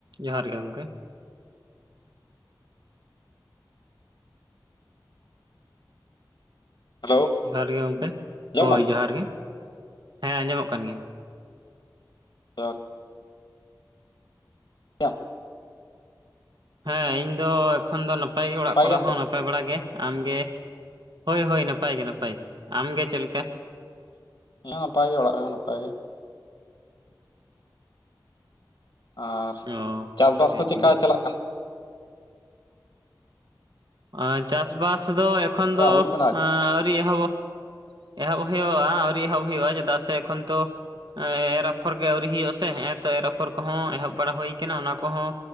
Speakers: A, on the right; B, on the left.
A: ᱡᱚᱦᱟᱨ ᱜᱮ ᱜᱚᱝᱠᱮ
B: ᱦᱮᱞᱳ
A: ᱡᱚᱦᱟᱨ ᱜᱮ ᱜᱚᱝᱠᱮ
B: ᱟᱸᱡᱚᱢ
A: ᱦᱳᱭ
B: ᱫᱟᱢ
A: ᱡᱚᱦᱟᱨ ᱜᱮ ᱦᱮᱸ ᱟᱸᱡᱚᱢᱚᱜ ᱠᱟᱱ ᱜᱮᱭᱟ
B: ᱡᱚᱦᱟᱨ ᱜᱮᱭᱟᱢ
A: ᱦᱮᱸ ᱤᱧ ᱫᱚ ᱮᱠᱷᱚᱱ ᱫᱚ ᱱᱟᱯᱟᱭ ᱜᱮ ᱚᱲᱟᱜ ᱠᱚᱨᱮ
B: ᱜᱮᱭᱟᱢ
A: ᱦᱚᱸ
B: ᱛᱚ
A: ᱱᱟᱯ ᱱᱟᱯᱟᱭ ᱵᱟᱲᱟ ᱜᱮ, ᱟᱢᱜᱮ, ᱦᱳᱭ ᱦᱳᱭ ᱱᱟᱯᱟᱭ ᱜᱮ ᱱᱟᱯᱟᱭ ᱜᱮ ᱟᱢᱜᱮ ᱪᱮᱫ ᱞᱮᱠᱟ
B: ᱤᱧ ᱦᱚᱸ ᱱᱟᱯᱟᱭ ᱜᱮ, ᱚᱲᱟᱜ ᱠᱚᱨᱮᱦᱚᱸ ᱱᱟᱯᱟᱭ ᱜᱮ ᱟᱨ
A: ᱚ
B: ᱪᱟᱥᱵᱟᱥ
A: ᱵᱮᱥ
B: ᱠᱚ ᱪᱮᱫᱠᱟ
A: ᱜᱮ
B: ᱪᱟᱞᱟᱜ ᱠᱟᱱᱟ
A: ᱚ, ᱪᱟᱥᱵᱟᱥ ᱫᱚ ᱮᱠᱷᱚᱱ
B: ᱪᱮᱫᱠᱟ
A: ᱫᱚ
B: ᱦᱩᱭᱩᱜ ᱠᱟᱱᱟ ᱟᱨᱠᱤ
A: ᱟᱹᱣᱨᱤ ᱮᱦᱚᱵᱚᱜ ᱮᱦᱚᱵ ᱦᱳᱭᱳᱣᱟ ᱟᱹᱣᱨᱤ ᱮᱦᱚᱵ ᱦᱳᱭᱳᱜ-ᱟ ᱪᱮᱫᱟᱜ ᱥᱮ ᱮᱠᱷᱚᱱ ᱛᱚ ᱮᱸᱻ ᱮᱨ ᱟᱯᱷᱚᱨ ᱜᱮ ᱟᱹᱣᱨᱤ ᱦᱩᱭᱩᱜ ᱟᱥᱮ ᱦᱮᱸᱜ-ᱮᱸ ᱛᱚ ᱮᱨᱟᱯᱷᱚᱨ ᱠᱚᱦᱚᱸ ᱮᱦᱚᱵ ᱵᱟᱲᱟ ᱦᱩᱭ ᱠᱟᱱᱟ ᱚᱱᱟ ᱠᱚᱦᱚᱸ